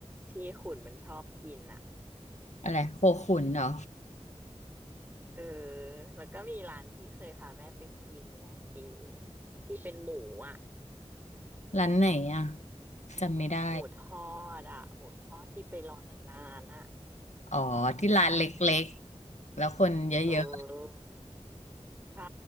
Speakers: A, on the right (about 15°); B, on the left (about 85°).
A: ที่ขุนมันชอบกินอ่ะ
B: อะไรโคขุนเหรอ
A: เออแล้วก็มีร้านที่เคยพาแม่ไปกินไงอีที่เป็นหมูอ่ะ
B: ร้านไหนอ่ะจำไม่ได้
A: หมูทอดอ่ะหมูทอดที่ไปรอนานๆอ่ะ
B: อ๋อที่ร้านเล็กๆแล้วคนเยอะ
A: เออใช่